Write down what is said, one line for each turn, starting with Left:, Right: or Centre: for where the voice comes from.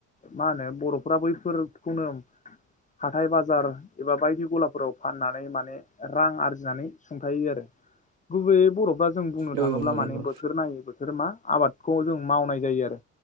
Left: मा होनो बरफ्रा बैफोर खौनो हाथाय बाजार एबा बायदि गलाफोराव फाननानै माने रां आरजि -नानै सुंथायो आरो गुबैयै बरफ्रा जों बुंनो
Right: औ नंगौ
Left: थाङोब्ला माने
Right: नंगौ
Left: बोथोर नायै बोथोर मा आबादखौ जों मावनाय जायो आरो